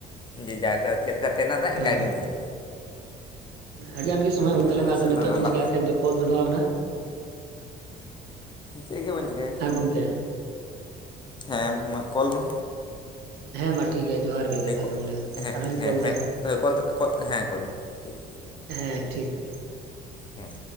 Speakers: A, on the left; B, on the right.
A: ᱡᱮ ᱡᱟ ᱠᱟ ᱪᱮᱫ ᱞᱮᱠᱟᱜᱮ ᱚᱱᱟ ᱫᱟᱜ ᱤᱱᱠᱟ
B: ᱦᱮᱸ
A: ᱜᱮᱢ ᱧᱮᱞᱟ
B: ᱟᱹᱰᱤᱜᱟᱱ ᱜᱮ ᱥᱚᱢᱚᱭ ᱦᱩᱭ
A: ᱟᱞᱮ
B: ᱛᱟᱞᱟᱝᱟ ᱟᱫᱚ
A: ᱥᱮᱫ
B: ᱱᱤᱛᱚᱜ
A: ᱫᱚ ᱱᱟᱞᱟ
B: ᱪᱮᱢ ᱪᱮᱤᱠᱟᱭᱟ ᱠᱟᱱ ᱫᱚ ᱠᱚᱞ ᱫᱚᱲᱦᱟᱣᱱᱟ
A: ᱪᱮᱫ ᱜᱮ ᱵᱟᱹᱧ ᱪᱮᱠᱟᱭᱟ
B: ᱦᱮᱸ ᱜᱚᱢᱠᱮ
A: ᱦᱮᱸ ᱢᱟ ᱠᱚᱞ ᱢᱮ᱾
B: ᱦᱮᱸ ᱢᱟ ᱴᱷᱤᱠ ᱜᱮᱭᱟ ᱡᱚᱦᱟᱨ
A: <unintelligible>
B: ᱜᱮ ᱛᱚᱵᱮ ᱱᱚᱰᱮ ᱟᱨᱦᱚᱧ ᱠᱚᱞ ᱮᱫᱟ
A: ᱦᱮᱸ ᱠᱚᱞ ᱢᱮ ᱴᱷᱤᱠ
B: ᱦᱮᱸ ᱴᱷᱤᱠ
A: ᱦᱮ ᱴᱷᱤᱠ